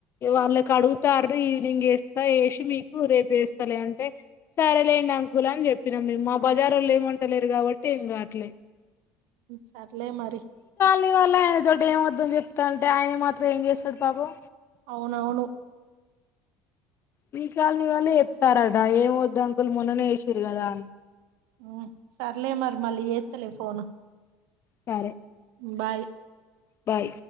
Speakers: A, on the left (about 45°); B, on the right (about 80°).
A: వాళ్ళకి అడుగుతారు ఈవినింగ్ వేస్తా వేసి మీకు రేపు వేస్తలే అంటే సరేలేండి అంకుల్ అని చెప్పినాం మీరు మా బజార్ వాళ్ళు ఏమంటలేరు కాబట్టి ఏం కావట్లే,
B: సర్లే మరి
A: వాళ్లే ఆయన తోటి వద్దు చెప్తానంటే ఆయన మాత్రం ఏం చేశాడు పాపం
B: అవునవును
A: మీ కాలనీ వాళ్ళ చెస్తారట ఏమవద్దు అంకుల్ మొన్ననే ఎసిరు కదా అని
B: హు సర్లే మరి మళ్ళీ ఏతులే ఫోన్ ను
A: సరే
B: బాయ్
A: బాయ్